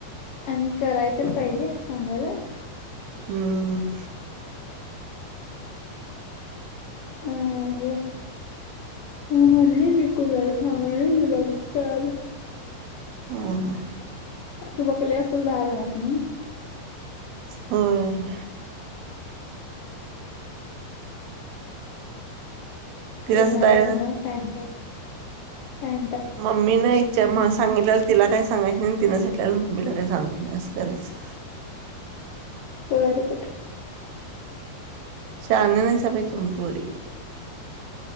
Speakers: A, on the left; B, on the right.
A: आणि कराय तर पाहिजे सांगायला
B: हम्म.
A: अ हे ह म्हणली मी कूणाला सांगाय नाई तुला कस कळालं?
B: हा हा.
A: आता वकली असल दहा जंणासनी
B: हम तिला
A: येणार
B: असं डायरेक्ट
A: आहे म्हणा पँट, पँ
B: मम्मीनं इच्या म सांगितलेलं तिला काय सांगायचं नाही, आणि तिनं सांगितलेलं मम्मीला काय सांगायचं नाही असं करायचं.
A: बरं बर.
B: शानं नाईसा बाई तुम्ही पोरी.